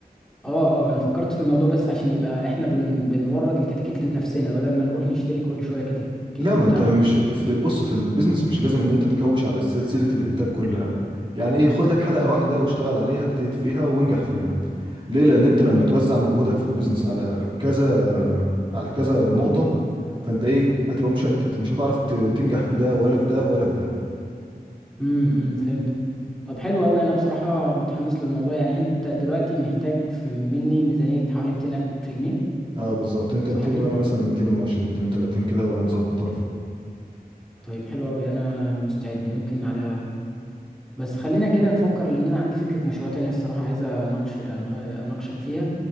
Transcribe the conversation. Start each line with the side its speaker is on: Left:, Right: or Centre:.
Centre: اه اه انا فكرت في الموضوع بس عشان يبقى احنا بن... بنورد الكتاكيت لنفسنا بدل ما نروح نشتري كل شويه كتاكيت
Right: لا ما
Centre: وبتاع
Right: انت مش في د- بص في البيزنس مش لازم ان انت تكوش على سلسلة الانتاج كلها يعني ايه خد لك حلقة
Centre: امم
Right: واحدة واشتغل عليها اجتهد فيها وانجح فيها ليه لان انت لما توزع مجهودك في البيزنس على كذا على كذا نقطة فانت ايه هتبقى مشتت مش هتعرف ت- تنجح في ده ولا في ده ولا في ده
Centre: امم أمم، فهمت طب حلو قوي انا بصراحه متحمس للموضوع يعني انت دلوقتي محتاج في مني ميزانيه حوالي 200 الف جنيه
Right: اه بالظبط انت
Centre: صح
Right: 200
Centre: كده
Right: وانا مثلا 220 230 كده وهنظبطها
Centre: طيب حلو قوي انا مستعد ممكن على بس خلينا كده نفكر لان انا عندي فكره مشروع تانية الصراحه عايز اناقش اناقشك فيها